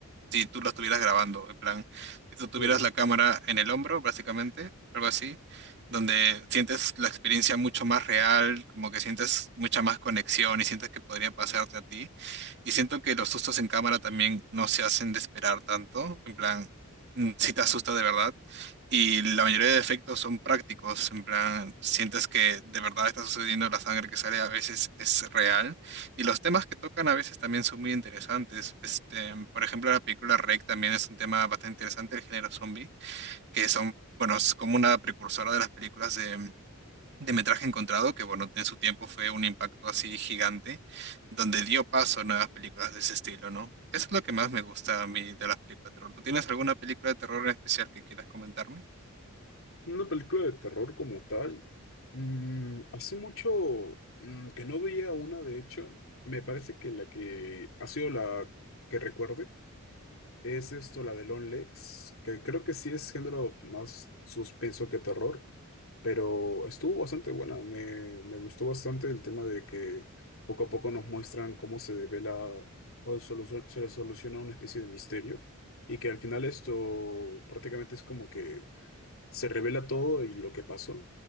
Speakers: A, on the right (about 50°); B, on the left (about 65°).
A: si tú la estuvieras grabando, en plan, si tú tuvieras
B: Claro.
A: la cámara en el hombro, básicamente, algo así, donde sientes la experiencia mucho más real, como que sientes mucha más conexión y sientes que podría pasarte a ti. Y siento que los sustos en cámara también no se hacen de esperar tanto, en plan, mm, si te asusta de verdad. Y la mayoría de efectos son prácticos, en plan, sientes que de verdad está sucediendo, la sangre que sale a veces es real. Y los temas que tocan a veces también son muy interesantes. Este, por ejemplo, la película REC también es un tema bastante interesante del género zombie, que son, bueno, es como una precursora de las películas de, de metraje encontrado, que bueno, en su tiempo fue un impacto así gigante, donde dio paso a nuevas películas de ese estilo, ¿no? Eso es lo que más me gusta a mí de las películas de terror. ¿Tú tienes alguna película de terror en especial que quieras comentarme?
B: Una película de terror como tal. mm, hace mucho mm, que no veía una, de hecho. Me parece que la que ha sido la que recuerde es esto, la de Lone Legs, que creo que sí es género más suspenso que terror. pero estuvo bastante buena. Me, me gustó bastante el tema de que poco a poco nos muestran cómo se devela o solu- se soluciona una especie de misterio y que al final esto prácticamente es como que se revela todo y lo que pasó,